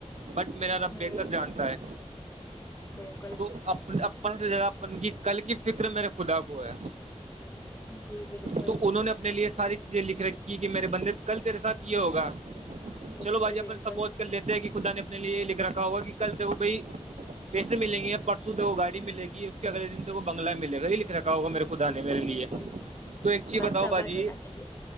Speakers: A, on the right; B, on the left.
A: بٹ میرا رب
B: ہوں
A: بہتر جانتا ہے
B: بالکل
A: اپپن اپن سے زیادہ اپن کی کل کی فکر میرے خدا کو ہے
B: جی بالکل
A: تو انہوں نے اپنے لیے ساری
B: وہ
A: چیزیں لکھ رکھ کی کہ میرے بندے کل تیرے ساتھ یہ ہوگا
B: بالکل
A: چلو باجی
B: بالکل
A: اپن سپوز لیتے ہیں کہ خدا نے اپنے لیے یہ لکھ رکھا ہوگا کہ کل دو بھائی پیسے ملیں گے یا پرسوں دیکھ گاڑی <unintelligible> ملے گی اس کےگے دن تو کو بنگلا میں ملے گای لیکے رکھا ہوگا میرے خدا
B: بالکل
A: نے میرے لیے
B: بالکل
A: تو ایک چی
B: بس
A: بتاؤ
B: صبر
A: باجی
B: ہونا چاہیے